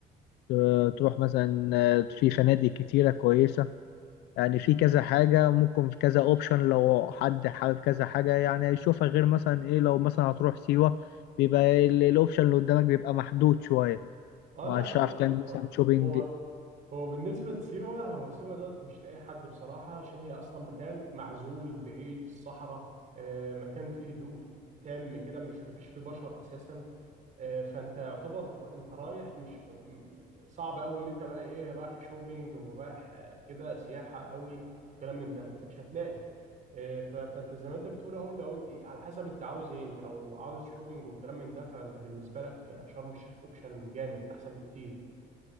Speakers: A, on the left; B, on the right.
A: ت- تروح مثلا آه، في فنادق كتيرة كويسة يعني في كذا حاجة ممكن في كذا اوبشن لو حد حابب كذا حاجة يعني يشوفها غير مثلا ايه لو مثلا هتروح سيوة بيبقى ال- الاوبشن اللي قدامك بيبقى محدود شوية
B: اه
A: مش
B: لا هو
A: هتعرف تعمل مثلا
B: هو
A: شوبينج
B: هو هو بالنسبة لسيوة هو سيوة دوت مش لاقي حد بصراحة عشان هي أصلا مكان معزول بعيد في الصحراء آه، مكان فيه هدوء تام كده مش مفيش فيه بشر أساسا آه، فأنت يعتبر أنت رايح مش م- صعب أوي اللي أنت بقى إيه رايح شوبينج ورايح آه، كده سياحة أوي كلام من ده أنت مش هتلاقي آه، ف- فأنت زي ما أنت بتقول أهو لو إن- إيه، على حسب أنت عاوز إيه أنت لو عاوز شوبينج وكلام من ده فأنت بالنسبة لك آه، شرم الشيخ أوبشن جامد أحسن بكتير